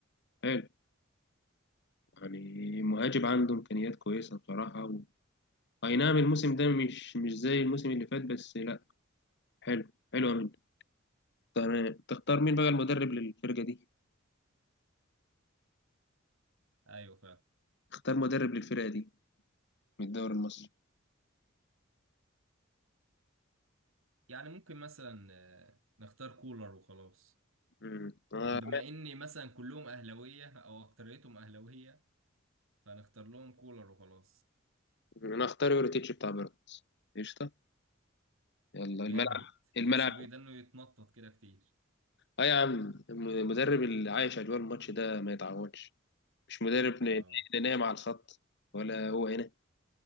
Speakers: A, on the left; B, on the right.
A: حلو يعني مهاجم عنده امكانيات كويسة بصراحة و... اي نعم الموسم ده مش مش زي الموسم اللي فات بس لا حلو حلو منه تمام تختار مين بقى المدرب للفرقة دي
B: ايوه فعلا
A: اختار مدرب للفرقة دي من الدوري المصري
B: يعني ممكن مثلا آه، نختار كولر وخلاص
A: امم
B: آه، بما اني مثلا كلهم اهلاويه او اكتريتهم اهلاويه فنختار لهم كولر وخلاص
A: انا اختار يوريتيتش بتاع بيراميدز قشطه يلا الملعب
B: جامد
A: الملعب
B: تحسوا بيه ده انه يتنطط كده كتير
A: اه يا عم الم- المدرب اللي عايش اجواء الماتش ده ما يتعوضش مش مدرب
B: اه
A: ن- ن- نايم على الخط ولا هو هنا